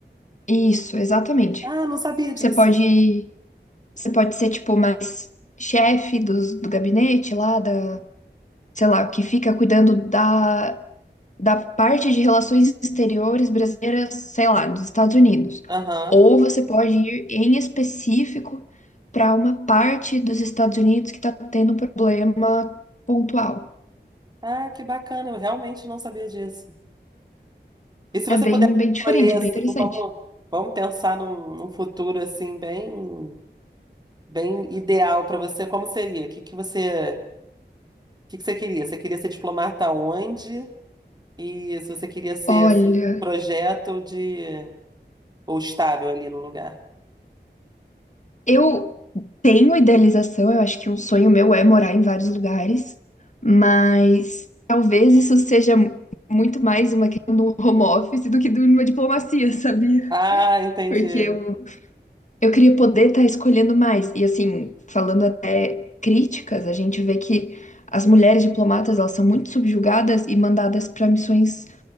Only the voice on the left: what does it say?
isso, exatamente.
Você pode, você pode ser tipo mais chefe dos, do gabinete lá da sei lá, que fica cuidando da, da parte de relações exteriores brasileiras, sei lá, nos Estados Unidos.
Ou você pode ir em específico para uma parte dos Estados Unidos que está tendo um problema pontual.
É
bem,
bem diferente,
bem interessante.
Olha,
eu tenho idealização, eu acho que um sonho meu é morar em vários lugares, mas talvez isso seja muito mais uma questão do home office do que de uma diplomacia, <laughs> sabia?
Porque eu, eu queria poder estar escolhendo mais. E assim, falando até críticas, a gente vê que as mulheres diplomatas, elas são muito subjugadas e mandadas para missões,